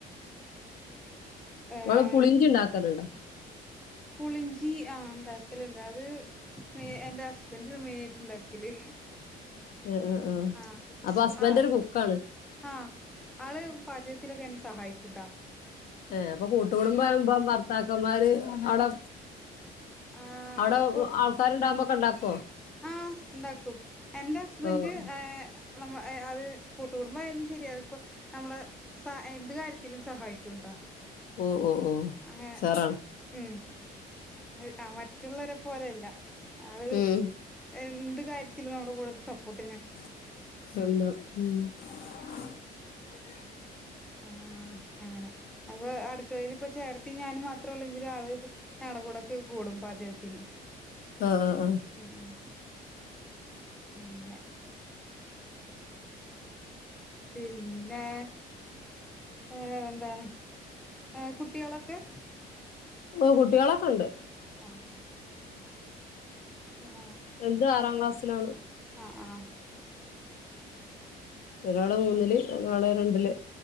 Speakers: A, in the centre; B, on the left.
A: ഏഹ്
B: ങ്ങള് പുളിഞ്ചി ഉണ്ടാക്കലുണ്ടോ?
A: പുളിഞ്ചി ആ ഉണ്ടാക്കലുണ്ട്. അത് മേ എന്റെ ഹസ്ബൻഡ് മെയിനായിട്ട് ഉണ്ടാക്കല്.
B: ആഹ് അഹ് ആ
A: ആഹ്
B: അപ്പൊ ഹസ്ബൻ്റൊരു
A: ആഹ്
B: കുക്കാണ്.
A: ആഹ് ആള് പാചകത്തിലൊക്കെ എന്നെ സഹായിക്കുംട്ടാ.
B: ഏ അപ്പൊ കൂട്ടുകുടുംബമാവുമ്പോ ഭർത്താക്കന്മാര് ആടെ
A: ആഹ്
B: അവടെ ആൾക്കാരൊണ്ടാകുമ്പോക്കെ ഒണ്ടാ കോ
A: ആഹ് ഇണ്ടാക്കും. എന്റെ ഹസ്ബൻഡ്
B: ഓഹ്
A: ഏ നമ്മ അവര് കൂട്ടുകുടുംബയാലും ശരി അതിപ്പോ നമ്മള് എന്ത് കാര്യത്തിലും സഹായിക്കുംട്ടാ.
B: ഓഹ് ഓഹ് ഓഹ്
A: അ അങ്ങനെ
B: ഉഷാറാണ്
A: ഉം ഹെൽ മറ്റ് റ്റുള്ളവരെ പോലെയല്ല. അത്
B: ഉം
A: എന്ത് കാര്യത്തിലും നമ് ഇപ്പം കൂടുതല് സപ്പോർട്ട് ചെയ്യണേ.
B: <unintelligible>
A: ആഹ് അങ്ങനെ അപ്പൊ അടുക്കളയില് ഇപ്പ ചേട്ടത്തി ഞാനും മാത്രമേ ഉള്ളൂ. രാവിലോക്ക് ഞങ്ങടെ കൂടെയൊക്കെ കൂടും പാചകത്തിന്.
B: ആഹ് ആഹ് ആഹ്
A: ഉം ഉം അങ്ങനെ പിന്നെ വേറെ എന്താണ് ഏഹ് കുട്ടികളൊക്കെ.
B: ഓ കുട്ടികളൊക്കെ ഉണ്ട്.
A: ആഹ് ആഹ്
B: വലുത് ആറാം ക്ലാസ്സിലാണ്.
A: ആഹ് ആഹ്
B: ഒരാള് മൂന്നില് ഒരാളെ രണ്ട്. അല്ലെ